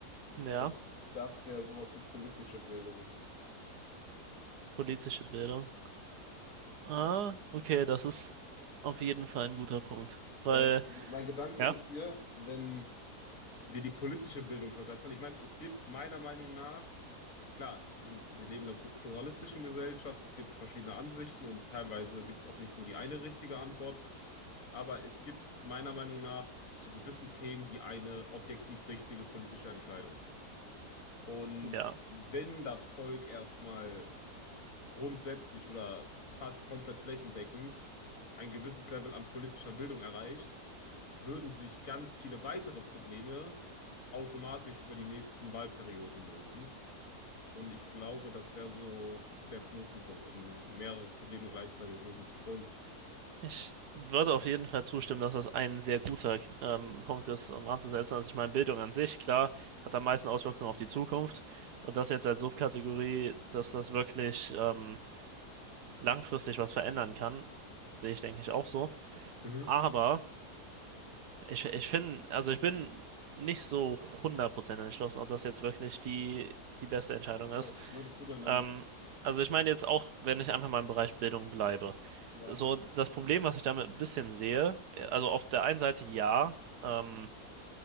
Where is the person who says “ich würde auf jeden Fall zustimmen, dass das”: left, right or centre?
Right